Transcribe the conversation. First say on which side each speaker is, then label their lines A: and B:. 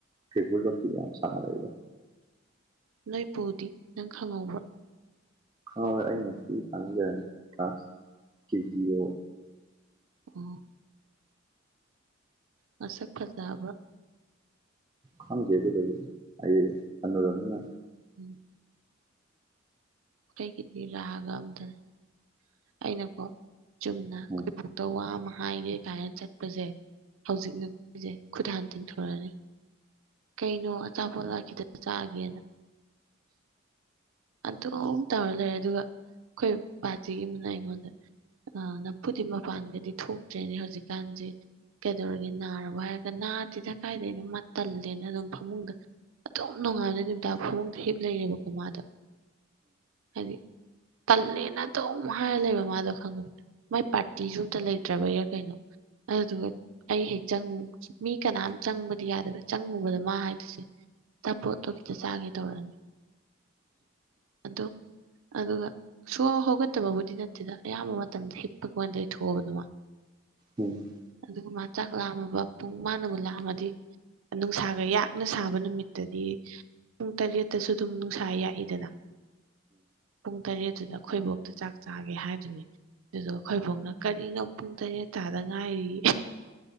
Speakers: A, on the right; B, on the right.
A: ꯀꯦꯀꯨ ꯂꯣꯠꯄꯤꯒ ꯌꯥꯝ ꯁꯥꯅꯔꯛꯏꯗ
B: ꯅꯣꯏ ꯄꯨꯗꯤ ꯅꯪ ꯈꯪꯍꯧꯕ꯭ꯔꯣ
A: ꯈꯪꯍꯧꯋꯦ ꯑꯩꯅ ꯄꯤꯛꯏꯀꯥꯟꯗ ꯂꯩꯔꯝꯃꯤ ꯀ꯭ꯂꯥꯁ ꯀꯦ ꯖꯤ ꯑꯣ
B: ꯑꯣ ꯃꯁꯛ ꯐꯖꯕ꯭ꯔꯣ
A: ꯈꯪꯗꯦ ꯑꯗꯨꯒꯥꯗꯤ ꯑꯩ ꯍꯅꯨꯔꯕꯅꯤꯅ
B: ꯎꯝ ꯀꯩꯒꯤꯗꯤ ꯔꯥꯒ ꯑꯝꯗꯅꯤ ꯑꯩꯅꯀꯣ ꯆꯨꯝꯅ
A: ꯎꯝ
B: ꯈꯣꯏꯕꯨꯇ ꯋꯥ ꯑꯃ ꯍꯥꯏꯒꯦ ꯀꯥꯏꯅ ꯆꯠꯄꯖꯦ ꯍꯧꯖꯤꯛꯅꯨꯞ ꯄꯤꯖꯩ ꯈꯨꯠ ꯍꯥꯟ ꯇꯤꯟꯊꯣꯔꯅꯤ ꯀꯩꯅꯣ ꯑꯆꯥꯄꯣꯠꯂꯥ ꯈꯤꯇ ꯆꯥꯒꯦꯅ ꯑꯗꯨꯝ ꯇꯧꯔ ꯂꯩꯔꯦ ꯑꯗꯨꯒ ꯈꯣꯏ ꯕꯥꯥꯖꯤꯒꯤ ꯃꯅꯥ ꯑꯩꯉꯣꯟꯗ ꯑ ꯅꯐꯨꯗꯤ ꯃꯄꯥꯟꯒꯗꯤ ꯊꯣꯛꯇ꯭ꯔꯦꯅꯦ ꯍꯧꯖꯤꯛꯀꯥꯟꯖꯦ ꯀꯩꯗꯧꯔꯒꯦ ꯅꯥꯔꯕ ꯍꯥꯏꯔꯒ ꯅꯥꯗꯦꯗ ꯀꯥꯏꯗꯩꯅꯣ ꯃꯥ ꯇꯜꯂꯦꯅ ꯑꯗꯨꯝ ꯐꯃꯨꯡꯗ ꯑꯗꯨꯝ ꯅꯨꯡꯉꯥꯟꯕꯗꯩ ꯅꯨꯃꯤꯇꯥ ꯐꯃꯨꯡꯗ ꯍꯤꯞ ꯂꯩꯔꯦꯕꯀꯣ ꯃꯥꯥꯗꯣ ꯍꯥꯏꯗꯤ ꯇꯜꯂꯦꯅ ꯑꯗꯨꯝ ꯍꯥꯏꯔ ꯂꯩꯕ ꯃꯥꯗꯣ ꯈꯪꯕ ꯃꯥꯏ ꯄꯥꯔꯇꯤꯖꯨ ꯑꯝꯇ ꯂꯩꯇ꯭ꯔꯕꯩꯔ ꯀꯩꯅꯣ ꯑꯩ ꯍꯧꯖꯤꯕꯛ ꯑꯩ ꯍꯦꯛ ꯆꯪ ꯃꯤ ꯀꯅꯥꯝ ꯆꯪꯕꯗꯤ ꯌꯥꯗꯕ ꯆꯪꯉꯨꯕꯗ ꯃꯥ ꯍꯥꯏꯗꯨꯁꯦ ꯆꯄꯣꯠꯇꯣ ꯈꯤꯇ ꯆꯥꯒꯦ ꯇꯧꯔꯑꯅꯤ ꯑꯗꯨꯝ ꯑꯗꯨꯒ ꯁꯨꯡꯍꯧ ꯍꯧꯒꯠꯇꯕꯕꯨꯗꯤ ꯅꯠꯇꯦꯗ ꯑꯌꯥꯝꯕ ꯃꯇꯝꯗ ꯍꯤꯞꯄꯒ ꯑꯣꯏꯅ ꯂꯩꯊꯣꯛꯑꯕꯗꯨ ꯃꯥ
A: ꯎꯝ
B: ꯑꯗꯨꯒ ꯃꯥ ꯆꯥꯛ ꯂꯥꯝꯃꯕ ꯄꯨꯡ ꯃꯥꯅꯕꯨ ꯂꯥꯝꯃꯗꯤ ꯅꯨꯡꯁꯥꯒ ꯌꯥꯛꯅ ꯁꯥꯕ ꯅꯨꯃꯤꯠꯇꯗꯤ ꯄꯨꯡ ꯇꯔꯦꯠꯇꯁꯨ ꯑꯗꯨꯝ ꯅꯨꯡꯁꯥ ꯌꯥꯛꯏ ꯗꯅ ꯄꯨꯡ ꯇꯔꯦꯠꯇꯨꯗ ꯑꯈꯣꯏꯕꯣꯛꯇ ꯆꯥꯛ ꯆꯥꯒꯦ ꯍꯥꯏꯗꯣꯏꯅꯦ ꯑꯗꯨꯗꯨꯒ ꯑꯈꯣꯏꯕꯣꯛꯅ ꯀꯔꯤꯅꯣ ꯄꯨꯡ ꯇꯔꯦꯠ ꯇꯥꯗ ꯉꯥꯏꯔꯤ